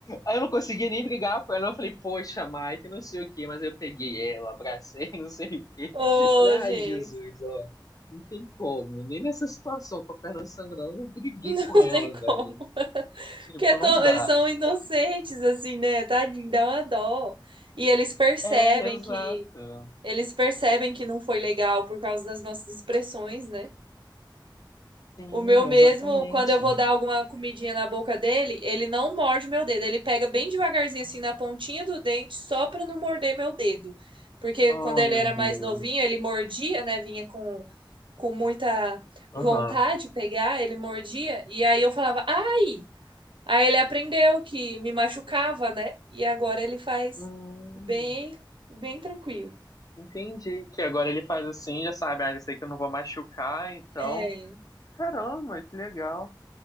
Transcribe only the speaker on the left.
Aí eu não conseguia nem brigar com ela, eu falei, poxa, Mike, não sei o quê, mas eu peguei ela, abracei, <laughs> não sei o quê.
Falei, ai,
Jesus, ó, não tem como, nem nessa situação, com a perna sangrando, eu briguei
com ela,
velho.
Tipo,
não dá.
É, exato.
Sim,
exatamente.
Oh,
meu
Deus.
Aham.
Hum.
Entendi. Que agora ele faz assim, já sabe, ah, já sei que eu não vou machucar, então.
Caramba, que legal.